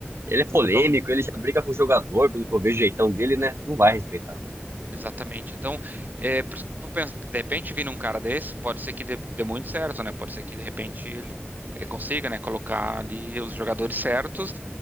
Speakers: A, on the right; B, on the right.
A: Ele é polêmico,
B: então
A: ele já briga com o jogador, pelo que eu vejo o jeitão dele, né? Não vai respeitar.
B: exatamente. Então, é, por isso que eu penso, de repente, vindo um cara desse, pode ser que dê, dê muito certo, né? Pode ser que, de repente, ele eh, consiga, né, colocar ali os jogadores certos